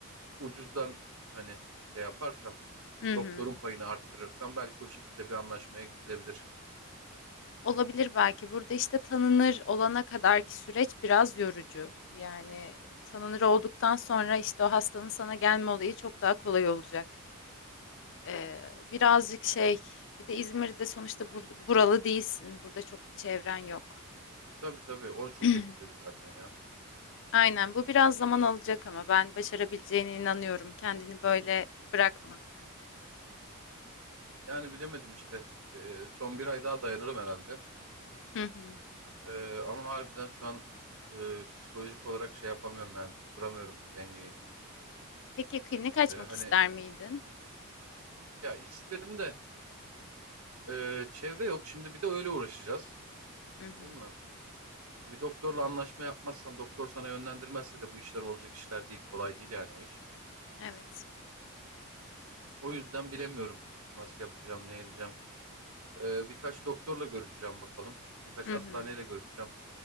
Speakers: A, on the right (about 85°); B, on the left (about 60°).
A: ucuzdan hani şey yaparsam
B: Hı
A: doktorun
B: hı.
A: payını arttırırsam belki o şekilde bir anlaşmaya gidilebilir.
B: Olabilir belki. Burada işte tanınır olana kadarki süreç biraz yorucu. Yani tanınır olduktan sonra işte o hastanın sana gelme olayı çok daha kolay olacak. Ee, birazcık şey, bir de İzmir'de sonuçta bur- buralı değilsin. Burada çok bir çevren yok.
A: Tabii tabii o çok
B: <clears throat>
A: etkiledi zaten ya.
B: Aynen bu biraz zaman alacak ama ben başarabileceğine inanıyorum. Kendini böyle bırakma.
A: Yani bilemedim işte. Ee, son bir ay daha dayanırım herhalde.
B: Hı hı.
A: Ee, ama harbiden şu an e, psikolojik olarak şey yapamıyorum ben tutturamıyorum dengeyi.
B: Peki klinik açmak
A: Ee, hani
B: ister miydin?
A: ya isterim de Ee, çevre yok. Şimdi bir de öyle uğraşacağız.
B: Hı
A: Anladın
B: hı.
A: mı? Bir doktorla anlaşma yapmazsan, doktor sana yönlendirmezse de bu işler olacak işler değil. Kolay değil yani o iş.
B: Evet.
A: O yüzden bilemiyorum nasıl yapacağım, ne edeceğim. Ee, birkaç doktorla görüşeceğim bakalım. Birkaç
B: Hı
A: hastaneyle
B: hı.
A: görüşeceğim.